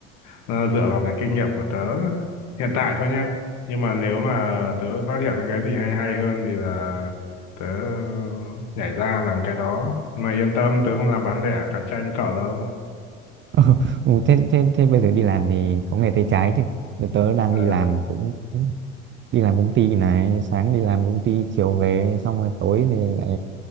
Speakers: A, on the left; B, on the right.
A: ờ, dựa vào cái kinh nghiệm của tớ hiện tại thôi nhá. Nhưng mà nếu mà tớ phát hiện ra cái gì hay hay hơn thì là tớ nhảy ra làm cái đó. Nhưng mà yên tâm, tớ không làm bán lẻ cạnh tranh cậu đâu.
B: Ờ, ừ, thế, thế, thế bây giờ đi làm thì có nghề tay trái chứ Thì tớ đang
A: Ờ.
B: đi làm cũng đi làm công ty này sáng đi làm công ty chiều về xong rồi tối thì lại